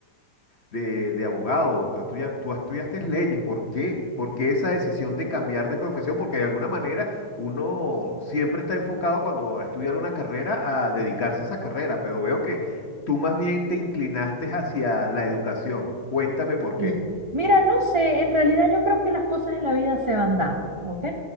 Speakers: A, on the left; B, on the right.
A: de, de abogado, tú, tú ya- tú estudiaste leyes, ¿por qué? ¿Por qué esa decisión de cambiar de profesión? Porque de alguna manera uno siempre está enfocado cuando va a estudiar una carrera a dedicarse a esa carrera, pero veo que tú más bien te inclinaste hacia la educación. Cuéntame por
B: Sí.
A: qué.
B: Mira, no sé, en realidad yo creo que las cosas en la vida se van dando, ¿ok?